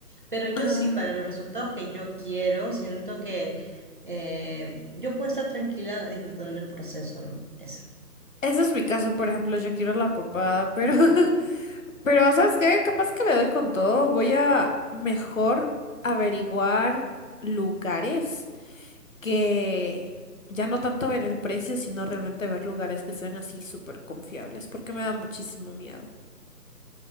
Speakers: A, on the right; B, on the left.
A: Pero yo
B: Ajá.
A: sí, para los resultados que yo quiero, siento que eh, yo puedo estar tranquila disfrutando el proceso, ¿no? Eso.
B: Ese es mi caso, por ejemplo, yo quiero la papada, pero, <laughs> pero ¿sabes qué? Capaz que le doy con todo. Voy a mejor averiguar lugares que ya no tanto ver el precio, sino realmente ver lugares que sean así súper confiables, porque me da muchísimo miedo.